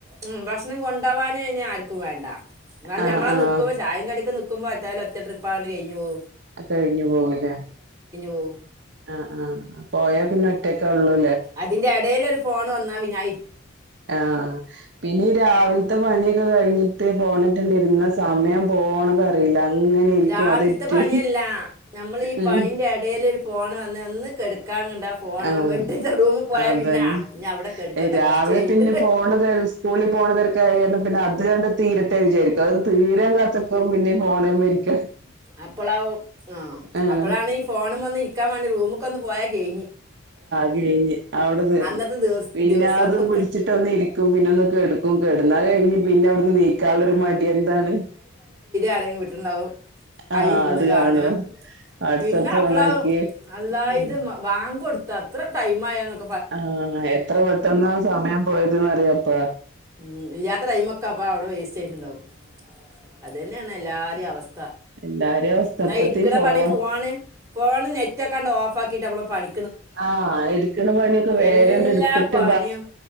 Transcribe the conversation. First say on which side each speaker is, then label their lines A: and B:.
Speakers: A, on the right; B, on the right.
A: ഉ ഭക്ഷണം കൊണ്ടകാന അ ആർക്കും വേണ്ട എന്നാലും
B: ആഹ്
A: നമ്മളാ
B: ആഹ്
A: നിക്കുമ്പോ ചായം കടിക്ക ന നക്കുമോ എാല ഒറ്റട്രിപ്പ്ാണ് കഴഞ്ഞുവോ
B: അ കഴിഞ്ഞു പോവലേ
A: പോകും
B: ആ ആ പോയാ പിന്നെ ഒറ്റക്കെ ഉള്ളൂ
A: അതിന്റെ ഇടൽൊ ഒരു ഫോണ് വന്നാ വിന
B: ആഹ പിന്നെ രാവിലത്തെ പണിയൊക്കെ കഴിഞ്ഞിട്ട് പോന്നിട്ടുണ്ടിരുന്ന സമയം പോണത അറിയില്ല അങ്ങനെ ഇരിക്കും
A: രാവിലത്തെ
B: അതെറ്റ്
A: പണിയല്ല നമ്മൾ ഈ
B: ഉം
A: പണിന്റെ ഇടൽ ഒരു ഫോൺ വന്ന ഒന്ന് കെടുക്കാൻ കണ്ട ഫോൺ
B: ആഹ
A: ബെഡിൻ്റെ റൂമിൽ പോയാൽ
B: അതന്നെ
A: പിന്നെ ആ ഞാൻ അവിടെ കെടുക്കട്ടെ
B: രാവിലെ
A: കുറച്ച് കഴിഞ്ഞിട്ട്
B: പിന്നെ പോണത് സ്കൂളിൽ പോണതരക്കെ ആയി കാരണം പിന്നെ അത് കണ്ട തീരത്തെ വിചാരിക്കും അത് തീരാൻ കാത്തിക്കും പിന്നെ ഓൺലൈൻ മേടിക്കാൻ
A: അപ്പോളാവും ആ
B: ആഹ്
A: അപ്പോളാണ് ഈ ഫോണും വന്ന് ഇക്ക വന്ന് റൂമ പക്കൊന്ന് പോയാൽ കഴിഞ്ഞു
B: കഴിഞ്ഞ് അവിടെ തന്ന
A: അന്നത്തെ ദിവസ
B: പിന്നെ
A: ദിവസം
B: അത് പിടിച്ചിട്ട ഒന്ന് ഇരിക്കും പിന്നെ ഒന്ന് കേടക്കും കിടന്നാല് എനിക്ക്പിന്നെ അവിടുന്ന് നീ കളറിമാട്ടി എന്താണ്
A: ആരങ്കിലും വിട ണ്ടാവും
B: ആഹ്
A: ആ ഇരുന്ന്
B: അത്
A: കാണുക
B: കാണും വാട്സപ്പ്
A: പിന്നെ അപ്പോളാകും
B: ഓണാക്കി
A: അള്ളാ
B: ഉം
A: ഇത് ബാങ്കു കൊടുത്ത തത്ര ടൈമായാന്ന് നോക്കി
B: ആഹ എത്ര പെട്ടെന്ന സമയം പോയത തന്ന് അറിയാത്ത
A: ഉം ഇല്ലാത്ത ടൈമൊക്കെ അപ്പ അവിടെ വേസ് ചെയ്ട്ടുണ്ടാവും അതു തന്നെയാണ് എല്ലാവരുടെയും അവസ്ഥ
B: എല്ലാരെയും അവസ്ഥ
A: എന്നാൽ
B: അപ്പത്തി
A: എടുക്കണ
B: ഫോൺ
A: പണി ഫോണ് ഫോണ് നെറ്റ് ഒക്കെണ്ട് ഓഫ് ആക്കി ക്കിട്ട് നമ്മളെ പണി
B: ആഹ എടുക്കുന്ന പണിയൊക്കെ വേഗം
A: എല്ലാ
B: മങ്ങ് എടുത്തിട്ട്
A: പണിയും